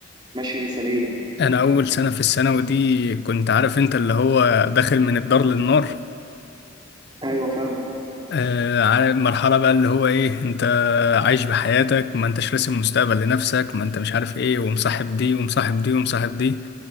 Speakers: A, on the right; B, on the left.
A: ماشي سليم
B: انا اول سنة في الثانوي دي كنت عارف انت اللي هو داخل من الدار للنار
A: ايوه فاهم
B: آه عارف مرحلة بقى اللي هو ايه انت عايش بحياتك ما انتش راسم مستقبل لنفسك ما انت مش عارف ايه ومصاحب دي ومصاحب دي ومصاحب دي